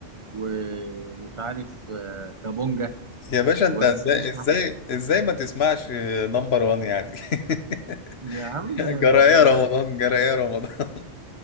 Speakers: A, on the right; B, on the left.
A: ومش عارف آه، كابونجا
B: يا باشا انت
A: ومش
B: ازاي ازاي
A: عارف-
B: ازاي ما تسمعش نمبر وان يعني <laughs>
A: يا عم
B: جرى
A: آه،
B: ايه رمضان جرى ايه رمضان